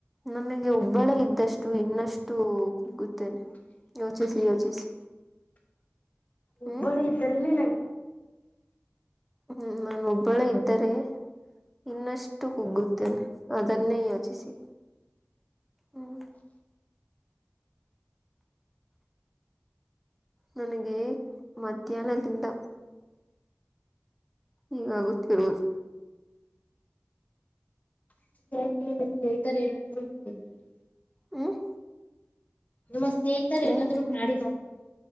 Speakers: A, in the centre; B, on the left.
A: ನಮಗೆ ಒಬ್ಬಳೆ ಇದ್ದಷ್ಟು ಇನ್ನಷ್ಟು. ಗೊತ್ತಿಲ್ಲ ಯೋಚಿಸಿ ಯೋಚಿಸಿ.
B: ಒಬ್ಬಳು
A: ಹ್ಮ್
B: ಇದ್ದಾರೆ ನೀನಗೆ.
A: ಹ್ಮ್ ನಾನು ಒಬ್ಬಳೆ ಇದ್ದರೆ ಇನ್ನಷ್ಟು ಕುಗ್ಗುತ್ತೇನೆ. ಅದನ್ನೇ ಯೋಚಿಸಿ ಹ್ಮ್ ನನಗೆ ಮಧ್ಯಾಹ್ನದಿಂದ ಈಗಾಗುತ್ತಿ <unintelligible>
B: ಲ್ಲ ಕೇಳ್ತಾರೆ ಏನಾದೂ ಹೋಗಿದಾರ ನೀ
A: ಹ್ಮ್
B: ನೀಮ್ಮ ಸ್ನೇಹಿತರು
A: ಹ್ಮ್
B: ಏನಾದ್ರರು ಮಾಡಿದಿದ್ದಾರೆ